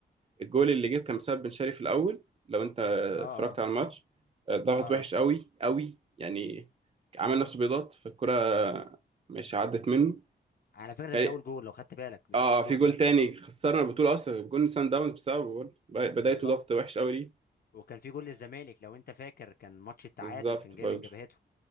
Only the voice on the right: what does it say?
الجول اللي جه كان بسبب بن شرقي في الأول لو أنت
اتفرجت على الماتش ضغط
وحش
قوي قوي يعني عمل نفسه بيضغط فالكرة مش عدت منه
خي-
اه
في جول
تاني خسرنا البطولة أصلا جول سان داونز بسببه برضه. ب- بدايته
ضغط وحش قوي ليه
فبالظبط
برضه